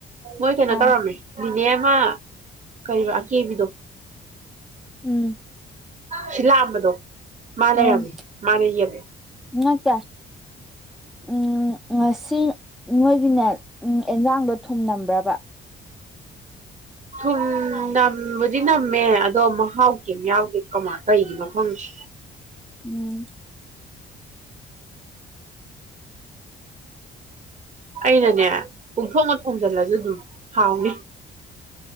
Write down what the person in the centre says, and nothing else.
ꯑꯥ
ꯎꯝ
ꯎꯝ
ꯅꯠꯇꯦ ꯎꯝ ꯉꯁꯤ ꯃꯣꯏꯒꯤꯅꯦ ꯎꯝ ꯑꯦꯟꯖꯥꯡꯗꯣ ꯊꯨꯝꯅꯝꯕ꯭ꯔꯕ
ꯎꯝ